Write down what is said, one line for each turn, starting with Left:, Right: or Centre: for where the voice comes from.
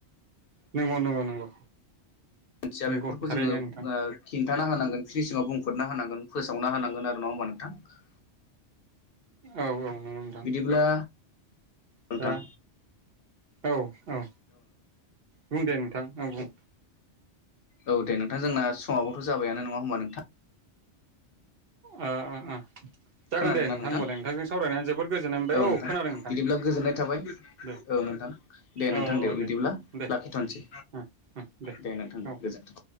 Right: नंगौ नंगौ नंगौ।
Left: मिथिया
Right: नंगौ
Left: बेफोरखौ
Right: थारैनो
Left: जोङो
Right: नोंथां
Left: ओ खिन्थाना होनांगोन फिनिसिंवाव बुंफोरना होनांगोन फोसावना होनांगोन आरो नङा होमबा नोंथां?
Right: औ औ। नंगौ नोंथां
Left: बिदिब्ला नोंथां
Right: दा औ औ बुं दे नोंथां औ बुं।
Left: औ दे नोंथां जोंना समावबोथ' जाबाय ना नङा होमबा नोंथां?
Right: ओ ओ ओ। जागोन
Left: खोनादोंना
Right: दे
Left: नोंथां?
Right: होमबालाय नोंथांजों सावरायनानै जोबोर गोजोननाय मोनबाय
Left: औ नोंथां
Right: खोनादों
Left: बिदिब्ला गोजोननाय थाबाय
Right: दे
Left: औ नोंथां दे नोंथां
Right: औ
Left: दे
Right: औ
Left: बिदिब्ला
Right: दे
Left: लाखिथ'नोसै
Right: ओ ओ
Left: दे नोंथां दे
Right: औ
Left: गोजोनथों।